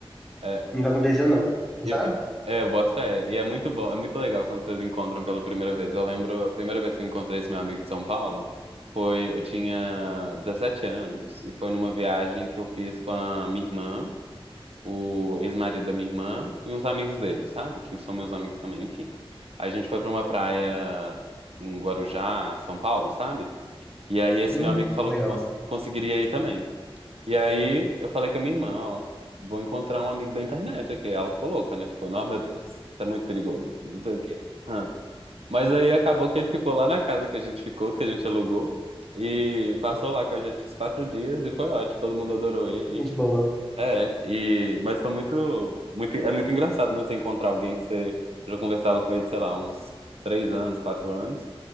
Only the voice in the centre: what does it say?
nunca aconteceu não,
sabe?
Uhum.
Legal,
gente
boa.